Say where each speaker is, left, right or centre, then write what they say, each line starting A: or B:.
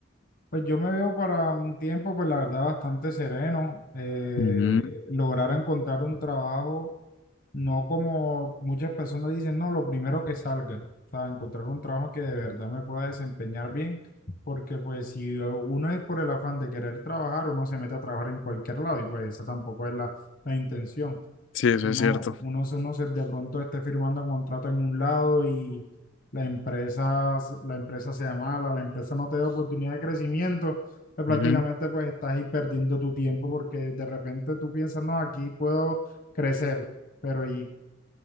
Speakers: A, on the left; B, on the left.
A: pues yo me veo para un tiempo, pues la verdad, bastante sereno. eh,
B: Ujú.
A: lograr encontrar un trabajo, no como muchas personas dicen, no, lo primero que salga. O sea, encontrar un trabajo que de verdad me pueda desempeñar bien, porque pues si uno es por el afán de querer trabajar, uno se mete a trabajar en cualquier lado y pues esa tampoco es la, la intención.
B: Sí, eso
A: Uno,
B: es cierto.
A: uno, se- uno se de pronto esté firmando un contrato en un lado y la empresa, la empresa sea mala, la empresa no te da oportunidad de crecimiento, pues prácticamente
B: Ujú.
A: pues estás ahí perdiendo tu tiempo porque de repente tú piensas, no, aquí puedo crecer, pero y